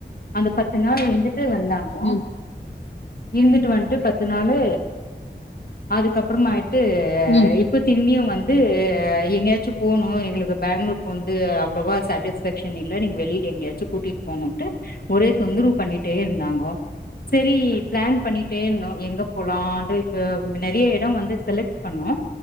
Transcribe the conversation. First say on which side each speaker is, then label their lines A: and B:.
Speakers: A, on the left; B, on the left.
A: அந்த பத்து நாள் எஞ்சப் த்து வந்தாங்கோ
B: ம்
A: இந்துட்டு வந் த்து பத்து நாலு அதுக்கப் ப்பறோமாயிட் த்து
B: ம் ம்
A: இப்ப திரும்பியு வந் து எங்கயாச்சு போனு எங்களுக்கு பேங்களூர் போன்து அவ்ளோவா ஸ்டடீஸ்ஃபேக்சன் இல்ல நீங்க வெளில எங்கயாச்சு கூட்டிட்டு போங்கோன்ட்டு ஒரே தொந்தரவு பண்ணிட்டே இருந்தாங்கோ செரி பிளான் பண்ணிட்டே இருந்தோ எங்க போலான்ட்டு இப்ப நெறய இட எடோ வந்து செலக்ட் பண்ணோ